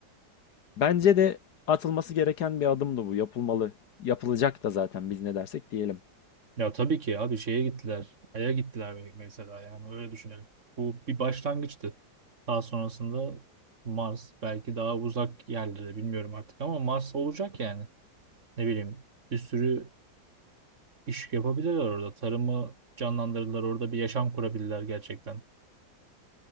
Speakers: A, on the left; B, on the right.
A: bence de atılması gereken bir adımdı bu. Yapılmalı. Yapılacak da zaten biz ne dersek diyelim.
B: Ya tabii ki abi şeye gittiler. Ay'a gittiler me- mesela yani öyle düşünelim. Bu bir başlangıçtı. Daha sonrasında Mars belki daha uzak yerlere bilmiyorum artık ama Mars olacak yani. Ne bileyim bir sürü iş yapabilirler orada. Tarımı canlandırırlar orada bir yaşam kurabilirler gerçekten.